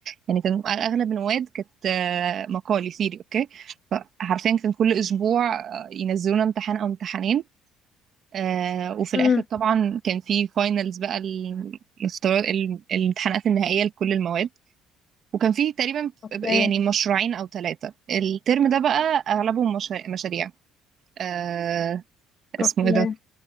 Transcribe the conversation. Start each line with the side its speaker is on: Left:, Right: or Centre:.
Right: يعني كان أغلب المواد كانت آه مقالي ثيري أوكي فحرفيا كان كل أسبوع آه، ينزلونا امتحان أو امتحانين آه وفي
Left: امم
Right: الآخر طبعا كان في فاينلز بقى المستوى الامتحانات النهائية لكل المواد وكان فيه تقريبا
Left: اوكي
Right: يعني مشروعين أو ثلاثة الترم ده بقى أغلبهم مشا- مشاريع آه اسمه
Left: اوكي
Right: ايه ده